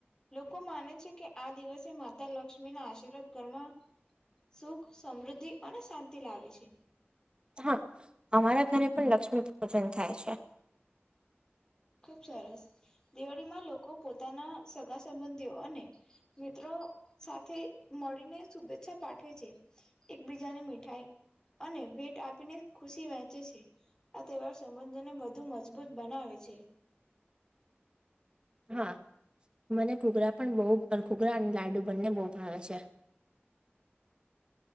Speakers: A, on the left; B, on the right.
A: લોકો માને છે, કે આ દિવસે માતા લક્ષ્મી ના આશીર્વાદ. ધરમાં સુખ સમૃદ્ધિ અને શાંતિ લાવે છે.
B: હા અમારા ઘરે પણ લક્ષ્મી પૂજન થાય છે.
A: ખુબ સરસ દિવાળીમાં લોકો પોતાના સગા સંબંધીઓ અને મિત્રો સાથે મળીને શુભેચ્છા પાઠવે છે- એકબીજાને મીઠાઈ અને ભેટ આપીને ખુશી વહેંચે છે. આ તહેવાર સમુદ્રને વધુ મજબૂત બનાવે છે.
B: હા મને ઘૂઘરા પણ બહ ઘૂઘરા અને લાડુ બંને બહુ ભાવ છે.